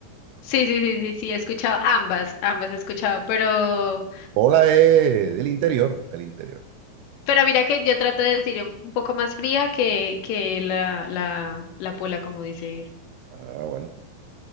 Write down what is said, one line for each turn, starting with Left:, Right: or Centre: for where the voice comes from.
Left: Sí, sí, sí, sí, sí, he escuchado ambas, ambas he escuchado, pero,
Right: Hola es del interior, del interior.
Left: pero mira que yo trato de decir un un poco más fría que, que la, la, la pola, como dice
Right: Ah, bueno,